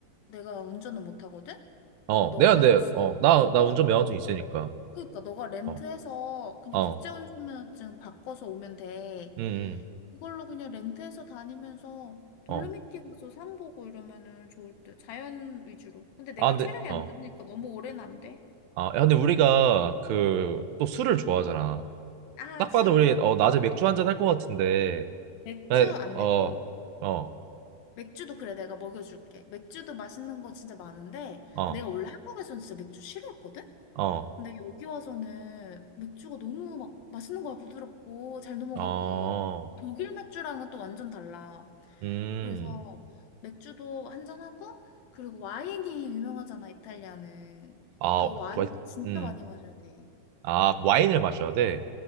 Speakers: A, on the left; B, on the right.
A: 내가 운전은 못 하거든.
B: 어,
A: 그래 너가
B: 내가
A: 할
B: 근데,
A: 수 있으면
B: 어, 나, 나
A: 어
B: 운전
A: 너가
B: 면허증 있으니까,
A: 그러니까 너가 렌트해서
B: 어,
A: 그냥
B: 어,
A: 국제운전면허증 바꿔서 오면 돼.
B: 응, 응,
A: 그걸로 그냥 렌트해서 다니면서 돌로미티
B: 어,
A: 가서 산 보고 이러면은 좋을 듯. 자연 위주로. 근데 내가
B: 아, 근데,
A: 체력이 안
B: 어,
A: 좋으니까 너무 오래는 안 돼.
B: 아, 야, 근데 우리가 그, 또 술을 좋아하잖아.
A: 아,
B: 딱
A: 슬.
B: 봐도 우리, 어, 낮에 맥주 한잔 할 것 같은데,
A: 맥주
B: 나,
A: 안
B: 어,
A: 되고
B: 어,
A: 맥주도 그래 내가 먹여줄게. 맥주도 맛있는 거 진짜 많은데
B: 어,
A: 내가 원래 음. 한국에서는 진짜 맥주 싫어했거든?
B: 어,
A: 근데 여기 와서는 맥주가 너무 막 맛있는 거야 부드럽고 잘 넘어가고
B: 어,
A: 독일 맥주랑은 또 완전 달라.
B: 음,
A: 그래서 맥주도 한 잔하고 그리고 와인이 유명하잖아 이탈리아는.
B: 아,
A: 그러니까 와인
B: 와,
A: 진짜
B: 음,
A: 많이 마셔야 돼.
B: 아, 와인을 마셔야 돼.